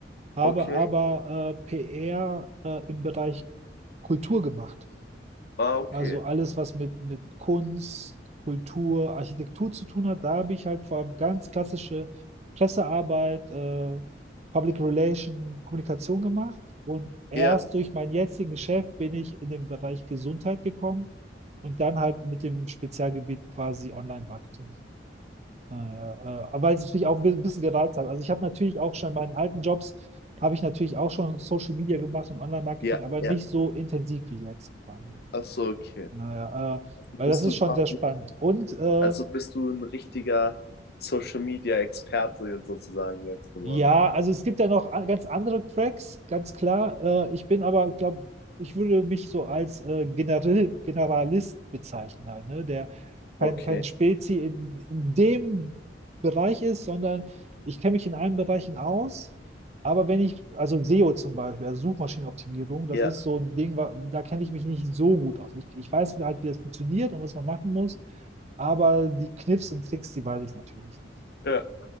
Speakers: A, on the right; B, on the left.
A: habe
B: okay.
A: aber äh, PR äh, im Bereich Kultur gemacht.
B: Ah, okay.
A: Also alles, was mit, mit Kunst, Kultur, Architektur zu tun hat, da habe ich halt vor allem ganz klassische Pressearbeit, äh, Public Relation, Kommunikation gemacht. Und erst
B: Ja,
A: durch mein jetziges Geschäft bin ich in den Bereich Gesundheit gekommen und dann halt mit dem Spezialgebiet quasi Online-Marketing. Naja, äh, aber es ist mich auch ein bisschen gereizt hat. Also ich habe natürlich auch schon in meinen alten Jobs, habe ich natürlich auch schon Social Media gemacht und Online-Marketing,
B: ja,
A: aber
B: ja.
A: nicht so intensiv wie jetzt quasi.
B: Ach so, okay.
A: Naja, äh,
B: Also bist
A: weil das ist
B: du
A: schon
B: quasi,
A: sehr spannend. Und äh,
B: also bist du ein richtiger Social Media Experte sozusagen jetzt geworden.
A: Ja, also es gibt ja noch an- ganz andere Cracks, ganz klar. Äh, ich bin aber, ich glaube, ich würde mich so als äh, General, Generalist bezeichnen, halt, ne? Der kein,
B: Okay.
A: kein Spezi in, in dem Bereich ist, sondern ich kenne mich in allen Bereichen aus. Aber wenn ich, also SEO zum Beispiel, also Suchmaschinenoptimierung, das
B: Ja.
A: ist so ein Ding, wa- da kenne ich mich nicht so gut aus. Ich, ich weiß halt, wie das funktioniert und was man machen muss, aber die Kniffs und Tricks, die weiß ich natürlich nicht.
B: Ja.